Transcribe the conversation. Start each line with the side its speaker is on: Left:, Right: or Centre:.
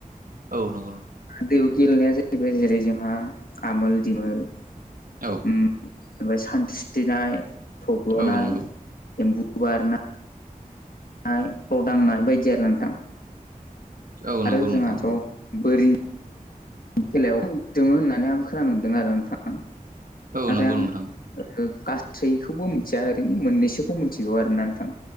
Right: औ नंगौ नोंथां
Left: दैयाव गेलेनाया जाहैबाय जेरै जोंहा आमोल दिमोल
Right: औ
Left: उम ओमफ्राय सानस्रिनाय थब्ल'नाय
Right: औ नंगौ
Left: एम्बु बारनाय नाय खर' दांनाय बायदि आरोना नोंथां
Right: औ
Left: आरो
Right: नंगौ
Left: जोंहाथ
Right: नोंथां नंगौ
Left: बोरिनि खेलायाव जोंङो होननानै आं खोनानो मोनदों आरो नोंथां
Right: औ
Left: नाथाय
Right: नंगौ
Left: आं
Right: नोंथां
Left: गासैखौबो मिथिया ओरैनो मोननैसोखौ मिथिगौ आरोना नोंथां